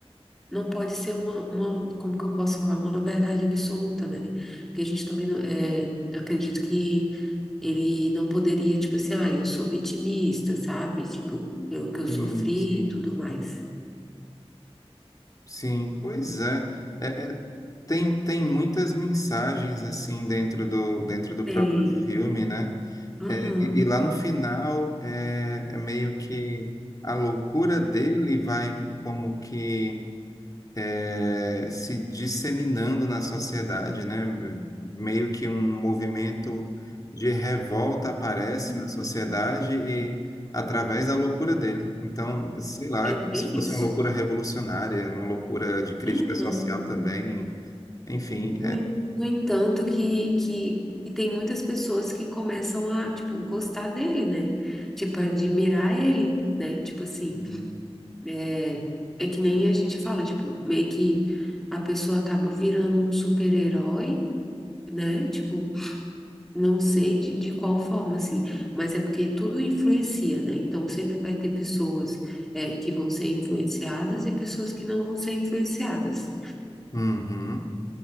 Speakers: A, in the centre; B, on the left.
A: Não pode ser uma, uma, como que eu posso falar, uma verdade absoluta, né? Porque a gente também não, é, eu acredito que ele não poderia, tipo assim, ah, eu sou vitimista, sabe? Tipo, pelo que eu
B: sim,
A: sofri
B: sim.
A: e tudo mais.
B: Sim, Pois é. É, é Tem, tem muitas mensagens assim dentro do, dentro do
A: Sei.
B: próprio filme, né?
A: Aham.
B: É, e, e lá no final é, é meio que a loucura dele vai como que é, se disseminando na sociedade, né? Meio que um movimento de revolta aparece
A: Hum,
B: na sociedade e através da loucura dele. Então, sei lá,
A: É
B: é como
A: bem
B: se fosse
A: isso.
B: uma loucura revolucionária, uma loucura de crítica
A: Aham.
B: social também. Enfim,
A: No, en- no entanto, que, que, que tem muitas pessoas que começam a, tipo, gostar dele, né? Tipo, admirar ele, né? Tipo assim,
B: Uhum.
A: é é que nem a gente fala, tipo, meio que a pessoa acaba virando um super-herói, né? Tipo, não sei de, de qual forma, assim, mas é porque tudo influencia, né? Então sempre vai ter pessoas, é, que vão ser influenciadas e pessoas que não vão ser influenciadas.
B: Uhum.